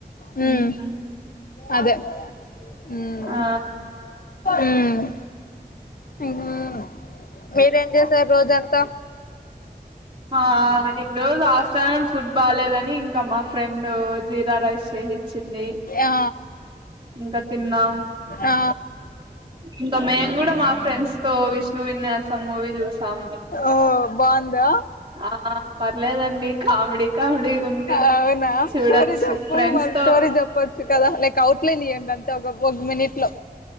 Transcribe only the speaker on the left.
హుం
అదే ఊమ్
ఊమ్ ఆహా మీరేం చేసారు రోజంతా
ఆ
ఆ
ఓ బాగుందా
అవునా
స్టోరీ జప్పు
మరి
స్టోరీ చెప్పొచ్చు కదా లైక్ అవుట్ లైన్ ఇయ్యండి ఇంత ఒక ఒక మినిట్ లో